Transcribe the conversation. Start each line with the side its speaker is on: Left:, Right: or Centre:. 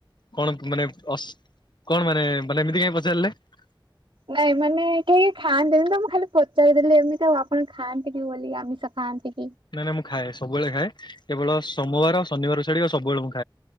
Left: କଣ ମାନେ ଅସ କଣ ମାନେ ମାନେ ଏମିତି କାହିଁ ପଚାରିଲେ ।
Right: ନାଇଁ ମାନେ କେହି ଖାଆନ୍ତିନି ତ ମୁଁ ଖାଲି ପଚାରିଦେଲି ଏମିତି ଆଉ ଆପଣ ଖାଆନ୍ତି କି ବୋଲି ଆମିଷ ଖାଆନ୍ତି କି ।
Left: ନାଇଁ ନାଇଁ ମୁଁ ଖାଏ ସବୁବେଳେ ଖାଏ କେବଳ ସୋମବାର ଶନିବାର ଛାଡିକି ଆଉ ସବୁବେଳେ ମୁଁ ଖାଏ ।